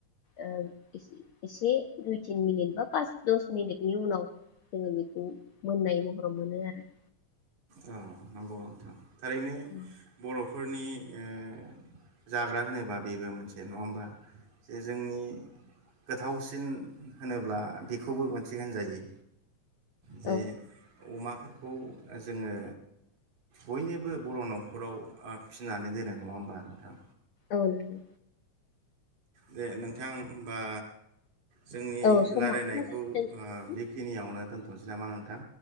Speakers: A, on the left; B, on the right.
A: ओ एसे दुइ तिन मिनिट बा पास दस मिनिटनि उनाव जोङो बेखौ मोननाय महराव मोनो आरो।
B: औ नंगौ नोंथां थारैनो
A: आरो
B: बर' फोरनि ओ जाग्रा होनोबा बेबो मोनसे नङा होमबा? जे जोंनि गोथावसिन होनोब्ला बेखौबो मोनसे होनजायो। जे
A: औ
B: अमाफोरखौ जोङो ओ बयनिबो बर' न'खराव ओ फिनानै दोनो नङा होमबा नोंथां?
A: औ नोंगौ।
B: दे नोंथां होमबा जोंनि
A: औ समाबो
B: लायरायनायखौ
A: जाबाय दोनथ'नोसै
B: ओ बेखिनियावनो दोन थनोसै नामा नोंथां?